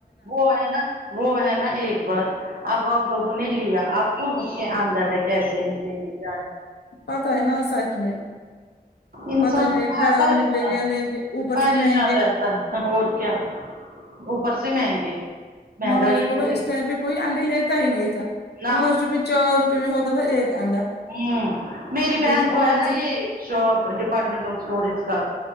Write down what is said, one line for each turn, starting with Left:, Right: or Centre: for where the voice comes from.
Right: وہ ہے نا وہ ہے نا ایک بار اب آپ لوگوں نے لیا آپ کون اس کے اندر ہے کیسے نکلیں گے جان
Left: پتہ ہے نا سچ میں
Right: انسان
Left: پتا ہی نہیں خراب
Right: پریشان
Left: نکلیں گے یا نہیں اوپر
Right: پریشان
Left: سے مہنگے
Right: رہ تھ اور کیا اوپر سے مہنگے مہنگائی
Left: ماما نے
Right: اتنی
Left: بولا اس ٹائم پہ کوئی آڈے لیتا ہی نہیں تھا
Right: نہ
Left: پانچ روپہ چار روپے میں ہوتا تھا ایک آنڈا
Right: ہوں میری بہن
Left: لیکن اور
Right: کو ہے نا
Left: جیسے
Right: یہ شاپ ڈپارٹمنٹل اسٹوریز کا